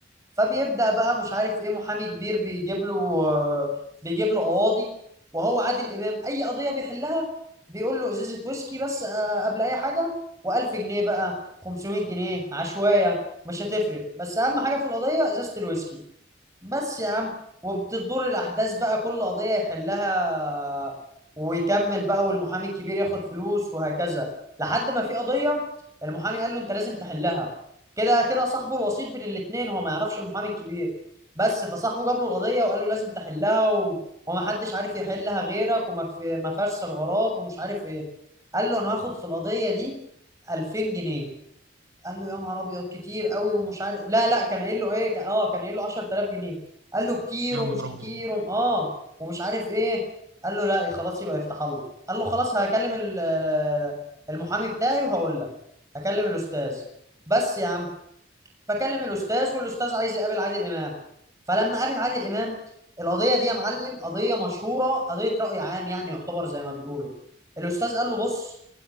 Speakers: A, on the right (about 15°); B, on the right (about 85°).
A: فبيبدأ بقى مش عارف إيه محامي كبير بيجيب له آه، بيجيب له قواضي وهو عادل إمام أي قضية بيحلها بيقول له إزازة ويسكي بس آه، قبل أي حاجة و1000 جنيه بقى 500 جنيه عشوائية مش هتفرق بس أهم حاجة في القضية إزازة الويسكي بس يا عم وبتدور الأحداث بقى كل قضية يحلها ويكمل بقى والمحامي الكبير ياخد فلوس وهكذا لحد ما في قضية المحامي قال له أنت لازم تحلها كده كده صاحبه الوسيط بين الاتنين هو ما يعرفش المحامي الكبير بس فصاحبه جاب له القضية وقال له لازم تحلها و... ومحدش عارف يحلها غيرك وما في... ما فيهاش ثغرات ومش عارف إيه قال له أنا هاخد في القضية دي 2000 جنيه قال له يا نهار ابيض كتير قوي ومش عارف لا لا كان قايل له ايه كان- اه كان قايل له 10000 جنيه قال له كتير
B: يا
A: ومش
B: نهار
A: كتير
B: ابيض
A: وم... اه ومش عارف ايه قال له لا يا خلاص يبقى يفتح الله قال له خلاص هكلم ال- المحامي بتاعي وهقول لك هكلم الاستاذ بس يا عم فكلم الاستاذ والاستاذ عايز يقابل عادل امام فلما قابل عادل امام القضيه دي يا معلم قضيه مشهوره قضيه راي عام يعني يعتبر زي ما بيقولوا الاستاذ قال له بص